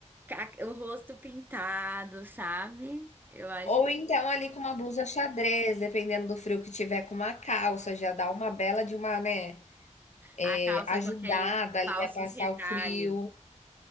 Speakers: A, on the right; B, on the left.
A: ca- o rosto pintado, sabe? Eu acho
B: Ou então ali com uma blusa xadrez, dependendo do frio que tiver, com uma calça, já dá uma bela de uma, né,
A: A
B: é,
A: calça
B: ajudada
A: com aqueles
B: ali
A: falsos
B: a passar
A: retalhos.
B: o frio.